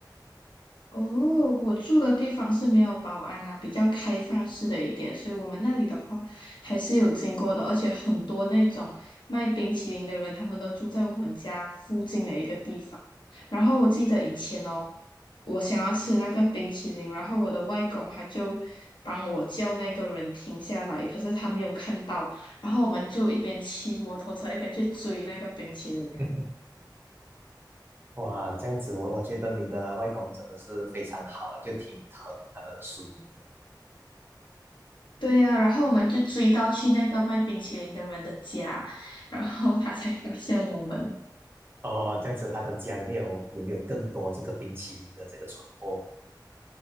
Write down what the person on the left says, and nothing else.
哦，我住的地方是没有保安啦，比较开放式的一点，所以我们那里的话还是有经过的，而且很多那种卖冰淇淋的人，他们都住在我们家附近的一个地方。然后我记得以前哦，我想要吃那个冰淇淋，然后我的外公他就帮我叫那个人停下来，可是他没有看到，然后我们就一边骑摩托车一边去追那个冰淇淋。
对呀、然后我们就追到去那个卖冰淇淋的人的家，然后他才发现我们。